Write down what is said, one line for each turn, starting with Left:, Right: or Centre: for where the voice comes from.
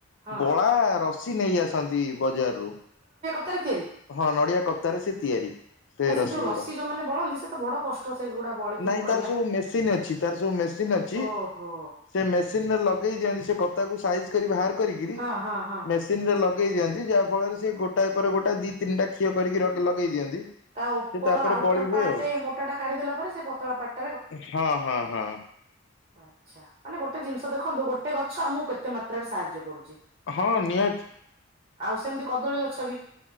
Right: ହଁ
Left: ବଳା ରସି ନେଇଆସନ୍ତି ବଜାରରୁ।
Right: କତା ରେ ତିଆରି?
Left: ହଁ ନଡିଆ କତାରେ ସେ ତିଆରି।
Right: ଭାଇ ସେ ଯୋଉ ରସି
Left: ଗୁଡା
Right: ଯୋଉମାନେ ବଳନ୍ତି ସେ ତ ବଡ କଷ୍ଟ। ସେଗୁଡା ବଳିକିରି
Left: ନାଇଁ
Right: କରିବା
Left: ତାର ସବୁ ମେସିନ ଅଛି ତାର ସବୁ ମେସିନ ଅଛି
Right: ଓହୋ।
Left: ସେ ମେସିନରେ ଲଗେଇ ଦିଅନ୍ତି ସେ କତାକୁ ସାଇଜ କରି ବାହାର କରିକିରି
Right: ହଁ ହଁ ହଁ
Left: ମେସିନରେ ଲଗା ଦେଇ ଦିଅନ୍ତି, ଯାହା ଫଳରେ ଯେ ଗୋଟାଏ ପରେ ଗୋଟା ଦି ତାଖିଅ କରିକି ଲଗେଇ ଦିଅନ୍ତି।
Right: ତା ଉପର
Left: ସେ ତାପରେ
Right: ଆଉଟର
Left: ବଳି ହୁଏ
Right: ପାର୍ଟ
Left: ଆଉ
Right: ମୋଟା ଟା କାଢିଦଲା ପରେ ସେ ପତଳା ପାର୍ଟ
Left: ହଁ ହଁ ହଁ।
Right: ଆଚ୍ଛା, ମାନେ ଗୋଟେ ଜିନିଷ ଦେଖନ୍ତୁ, ଗୋଟେ ଗଛ ଆମକୁ କେତେ ମାତ୍ରାରେ ସାହାଯ୍ୟ କରୁଛି।
Left: ହଁ, ନିହାତି।
Right: ଆଉ ସେମିତି କଦଳୀ ଗଛ ବି।